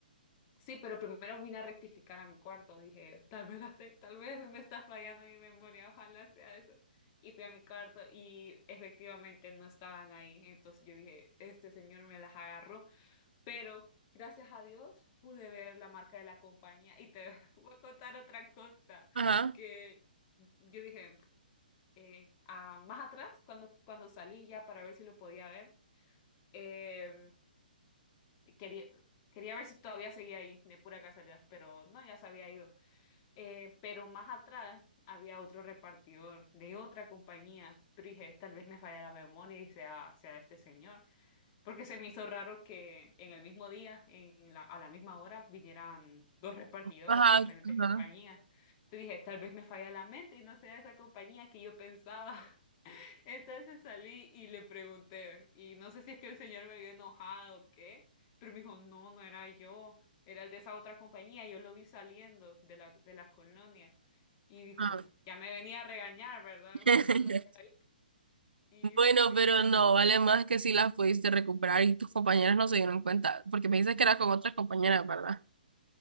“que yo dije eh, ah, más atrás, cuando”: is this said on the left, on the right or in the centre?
Left